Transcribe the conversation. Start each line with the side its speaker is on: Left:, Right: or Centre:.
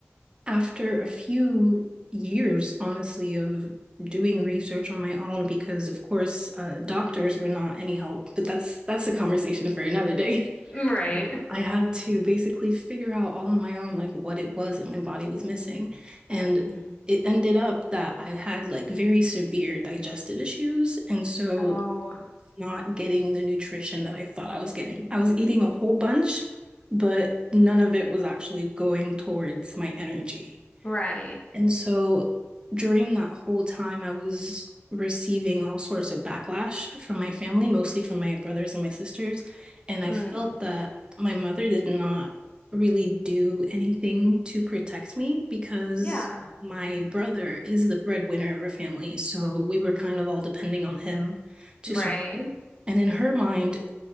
Right: after a few years, honestly, of doing research on my own, because of course, uh, doctors were not any help, but that's that's a conversation for another day.
Left: Right.
Right: Um, I had to basically figure out all on my own, like what it was that my body was missing. And
Left: hmm
Right: it ended up that I had like very severe digestive issues. And so,
Left: Oh,
Right: not getting the nutrition that I thought I was getting. I was eating a whole bunch, but none of it was actually going towards my energy.
Left: right.
Right: And so during that whole time, I was receiving all sorts of backlash from my family, mostly from my brothers and my sisters. And I
Left: Mm.
Right: felt that my mother did not really do anything to protect me because
Left: Yeah.
Right: my brother is the breadwinner of our family. So we were kind of all depending on him to
Left: Right.
Right: survive. And in her mind,